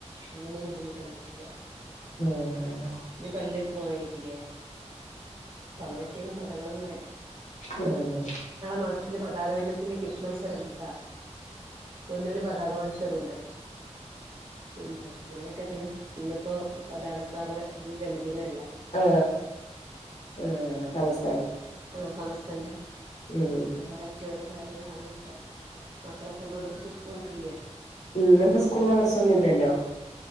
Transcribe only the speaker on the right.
അന്നൊന്നും ബുദ്ധിമുട്ടുണ്ടായിട്ടില്ല
ഇജ്ജ്‌ പല്ല്ച്ച് മോറാന്കില്ലേ അപ്പ അങ്ങനെയൊക്കെയന്ന് കഥകൾന്ന്റിയ
മദ്രസിലില് പതാക ദിനത്തിന്റെ കിസ്സ് മത്സരം ഉണ്ട്ട്ടാ പൊന്നുന് പതാക മത്സരംണ്ട് പിന്നെ അങ്ങനെയൊക്കെ തന്നെ ഇന്നിപ്പോ പതാക സ്ാപക ഇത ദലദീനല്ലേ
ആഹ സമസ് തന്റെ
അങ്ങനെയൊക്കെ പാടായിട്ട് ഓരോ കാര്യങ്ങളണെന്ന് പറയാം മക്കളൊക്കെ മതസ്ഥ കുളക്കില്ലയ